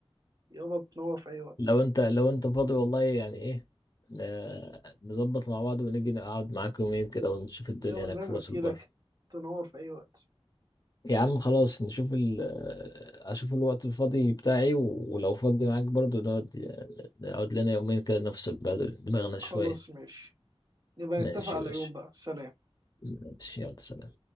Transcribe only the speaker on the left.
لو انت لو انت فاضي والله يعني ايه ن- نظبط مع بعض ونيجي نقعد معاك يومين كده ونشوف الدنيا
هناك
في راس
البر
يا عم خلاص نشوف ال اشوف الوقت الفاضي بتاعي و- ولو فاضي معاك برضو نقعد نقعد لنا يومين كده نفصل بعد دماغنا شوية
ماشي
يا باشا
ماشي يلا سلام